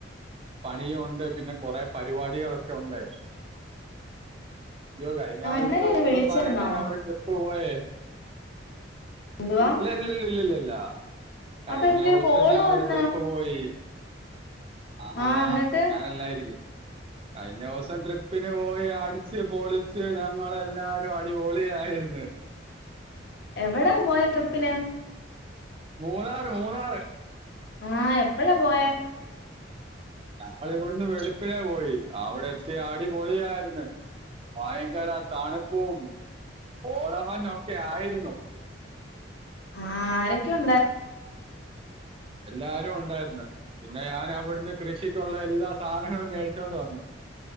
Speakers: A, on the right (about 30°); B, on the left (about 60°).
A: പണിയുണ്ട് പിന്നെ കൊറെ പരിപാടികളൊക്കെ ഉണ്ട്
B: <inaudible>
A: യോ കഴിഞായിച്ച
B: ആഹ് ഇന്നലെ
A: ഒന്നും
B: വിളിച്ചായിരുന്നോ
A: പറയണ്ട ഞാൻ ഒരു ട്രിപ്പ്‌ പ്പോയേ
B: എന്തുവാ
A: ഇല്ല ഇല്ലല്ല ഇല്ല ഇല്ല കഴിഞ്ഞ
B: അപ്പൊ എനിക്കൊരു
A: ദിവസം
B: കോള്
A: ഞാൻ
B: വന്ന്
A: ഒരു ട്രിപ്പ് യി ആഹ
B: ആഹ് എന്നിട്ട്
A: ഞാനല്ലായിരിക്കും
B: <inaudible>
A: കഴിഞ്ഞ ദിവസം ട്രിപ്പിന് പോയി അടിച്ച് പൊളിച്ച് ഞങ്ങളെല്ലാരും അടിപൊളിയായിരുന്നു
B: എവിടാ പോയ ട്രിപ്പിനെ
A: മൂന്നാറ് മൂന്നാറ്
B: ആഹ എപ്പഴാ പോയ
A: ഞമ്മൾി ഇവിടുന്ന് വെളുപ്പിനെ പോയി അവിടെ എത്തി ആടിപൊളിയായിന്ന് വയങ്കാല തണുപ്പും കൊ ടാമഞ്ഞൊക്കെ ആയിരുന്നു
B: ആഹ ആരൊക്കെ ഉണ്ട്
A: എല്ലാരും ഉണ്ടായിരുന്നു പിന്നെ ഞാൻ അവിടുന്ന് കൃഷിക്കുള്ള എല്ലാ സാധനങ്ങള്ൾ മേടിച്ചൊണ്ട് വന്ന്